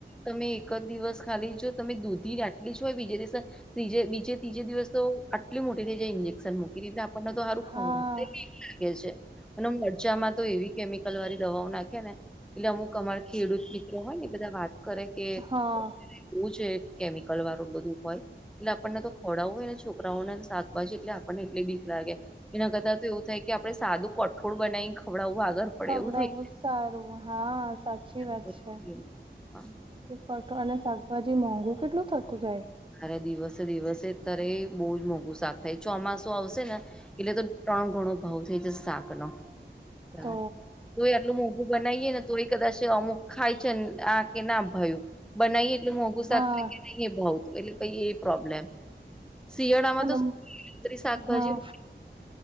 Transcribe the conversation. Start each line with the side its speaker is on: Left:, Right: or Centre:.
Centre: તમે એક જ દિવસ ખાલી જો તમે દૂધી ડાટલી જ હોય બીજે દિવસે- ત્રીજે બીજે ત્રીજે દિવસ તો આટલી મોટી થઈ જાય ઇન્જેક્શન મૂકી એટલે- આપણને તો સારું
Right: હા
Centre: ખ લાગે છે. અને મરચામાં તો એવી કેમિકલ વાળી દવાઓ નાખે ને- એટલે અમુક અમારા ખેડૂત મિત્રો હોય ને બધા વાત કરે- કે
Right: હા-
Centre: એવું છે કેમિકલ વાળું બધું હોય એટલે આપણને તો ખોડા હોય ને છોકરાઓને શાકભાજી એટલે- પણ એટલી બીક લાગે એના કરતા તો એવું થાય કે આપડે સાદું કઠોળ બનાવીને ખવડાવું આગળ- પડે
Right: ખવડાવવું
Centre: એવું થઈ
Right: સારું હા સાચી
Centre: જાય
Right: વાત છે.
Centre: હા
Right: એ કટોળ અને શાકભાજી મોંઘું કેટલું થતું જાય-
Centre: અરે દિવસે દિવસેત્યારે બહુ જ મોંઘું શાક થાય ચોમાસું આવશે ને- એટલે તો ત્રણ ગણો ભાવ થઈ જ શાક નો- તાર
Right: તો
Centre: તોય આટલું મોંઘું બનાવીએે ને તોય કદાચ- અમુક ખાય છે આ કે ના ભયું બનાવી એટલું મોંઘું
Right: હા
Centre: શાક થાય કે નહી એ ભાવ- પે પ એ પ્રોબ્લેમ શિયાળામાં
Right: અને
Centre: તો શાકભાજી
Right: હા
Centre: <inaudible>